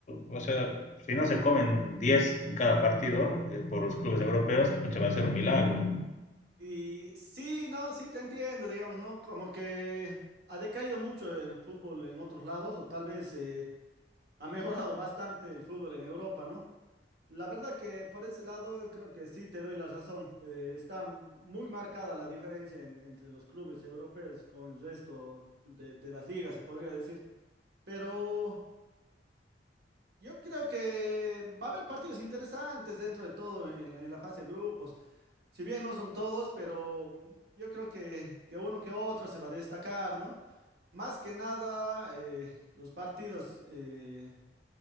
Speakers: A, on the left (about 40°); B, on the right (about 60°).
A: o sea, si no se comen 10 en cada partido eh, por los clubes europeos, pucha, va a ser un milagro.
B: Y sí, no, sí te entiendo, digamos, ¿no? Como que ha decaído mucho el fútbol en otros lados, o tal vez eh, ha mejorado bastante el fútbol en Europa, ¿no? La verdad que por ese lado creo que sí te doy la razón. Eh, está muy marcada la diferencia en- entre los clubes europeos con el resto de, de las ligas, se podría decir. Pero yo creo que va a haber partidos interesantes dentro de todo en, la en la fase de grupos. Si bien no son todos, pero mm, yo creo que, que uno que otro se va a destacar, ¿no? Más que nada, eh, los partidos eh,